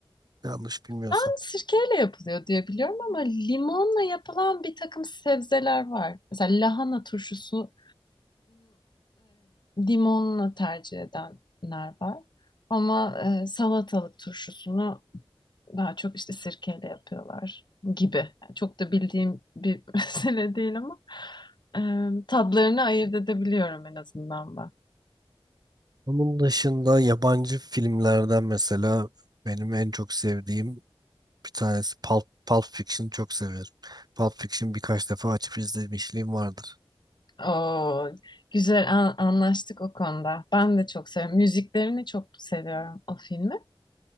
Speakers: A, on the right; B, on the left.
A: Yanlış bilmiyorsun.
B: Ben sirkeyle yapılıyor diye biliyorum ama limonla yapılan bir takım sebzeler var. Mesela lahana turşusu limonla tercih edenler var. Ama e, salatalık turşusunu daha çok işte sirkeyle yapıyorlar gibi. Yani çok da bildiğim bir <laughs> mesele değil ama e, tadlarını ayırt edebiliyorum en azından ben.
A: Onun dışında yabancı filmlerden mesela benim en çok sevdiğim bir tanesi Pulp, Pulp Fiction'ı çok severim. Pulp Fiction birkaç defa açıp izlemişliğim vardır.
B: Oo, güzel an- anlaştık o konuda. Ben de çok seviyorum. Müziklerini çok seviyorum o filmi.